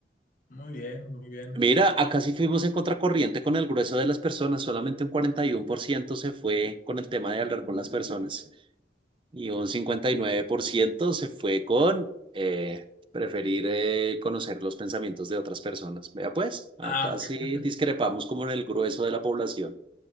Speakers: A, on the left; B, on the right.
A: Muy bien, muy bien.
B: Mira,
A: Bien.
B: acá sí fuimos en contracorriente con el grueso de las personas, solamente un 41% se fue con el tema de hablar con las personas. Y un 59% se fue con eh, preferir eh, conocer los pensamientos de otras personas. Vea pues, acá
A: Ah, ok.
B: sí
A: fíjate.
B: discrepamos como en el grueso de la población.